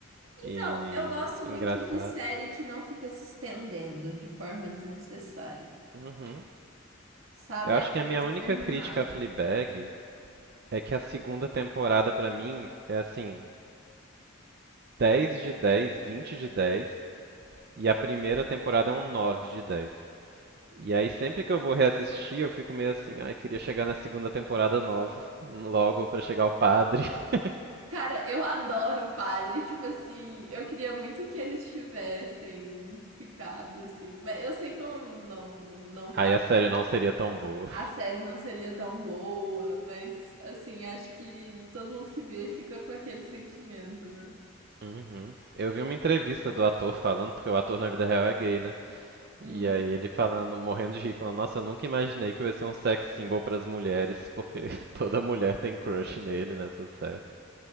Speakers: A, on the right; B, on the right.
A: Então,
B: e
A: eu gosto muito
B: engraçada.
A: de série que não fica se estendendo de forma desnecessária.
B: Uhum.
A: Sabe
B: Eu acho
A: a
B: que
A: hora
B: a minha
A: de
B: única
A: terminar.
B: crítica a Fleabag é que a segunda temporada, pra mim, é assim, 10 de 10, 20 de 10, e a primeira temporada é um 9 de 10. E aí sempre que eu vou reassistir, eu fico meio assim, ai, queria chegar na segunda temporada nova, logo pra chegar o padre. <laughs>
A: Cara, eu adoro o padre. Tipo assim, eu queria muito que eles tivessem ficado assim. Mas eu sei que não, não, não
B: Aí a série não seria tão boa.
A: a série não seria tão boa, mas assim, acho que todo mundo que vê fica com aquele sentimento, né?
B: Uhum. Eu vi uma entrevista do ator falando, porque o ator na vida real é gay, né?
A: Hum.
B: E aí ele falando, morrendo de rir, falando, nossa, eu nunca imaginei que eu ia ser um sex symbol pras mulheres, porque <laughs> toda mulher tem crush nele nessa série.